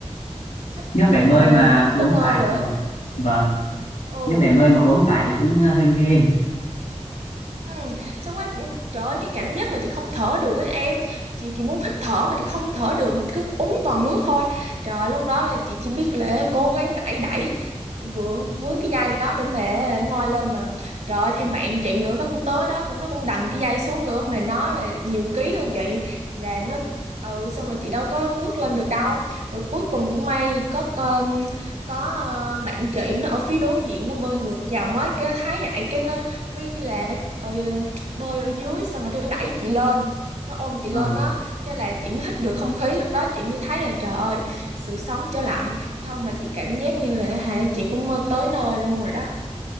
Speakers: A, on the right; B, on the left.
A: sắp
B: nếu
A: ờ,
B: bể bơi mà
A: ngất
B: uống
A: tới nơi
B: phải
A: rồi
B: thì
A: á
B: vâng,
A: ừ
B: nước bể bơi mà uống phải thì cũng ờ, hơi ghê.
A: Ừ. Xong rồi trời ơi cái cảm giác mà chị không thở được ấy em chị chị muốn hít thở mà chị không thở được mà cứ uống toàn nước thôi trời ơi, lúc đó là chị chỉ biết là cố gắng đẩy đẩy vướng vướng cái dây đó để mẹ ngoi lên mà trời ơi thêm bạn chị nữa nó cũng tới đó cũng nó cũng đằng cái dây xuống nữa mà nó là nhiều ký hơn chị là nó ừ xong rồi chị đâu có ngước lên được đâu rồi cuối cùng cũng may có um, có ờ, bạn chị nó ở phía đối diện nó bơi ngược dòng ấy cái nó thấy vậy cái nó My là ờ, bơi ở dưới xong rồi cái đẩy chị lên nó ôm chị
B: Ờ,
A: lên á cái là chị mới hít được không khí lúc đó chị mới thấy là trời ơi sự sống trở lại chứ không là chị cảm giác như là hả chị cũng mơ tới nơi luôn rồi đó